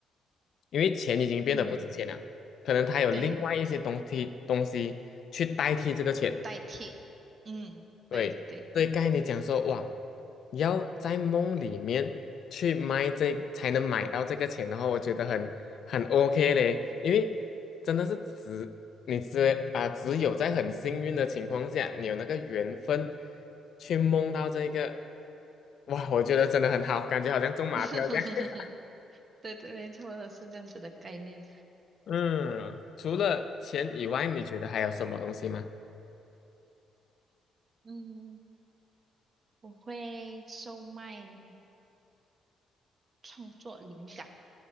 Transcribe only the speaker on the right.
嗯
对，代替，嗯，
对对对。
<laughs>
对对，没错的，是这样子的概念。
嗯，我会售卖创作灵感。